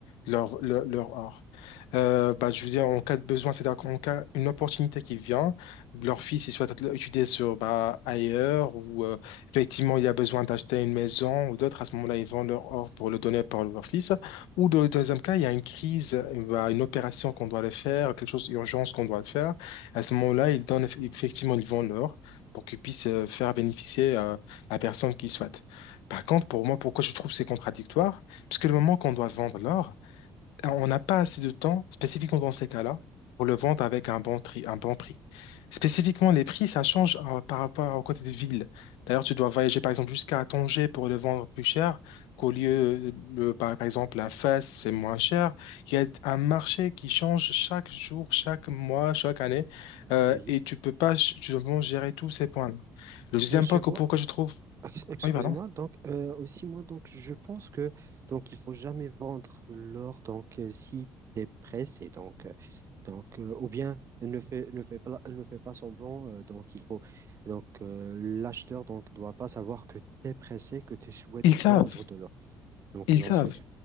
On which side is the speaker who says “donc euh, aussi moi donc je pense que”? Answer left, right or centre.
Right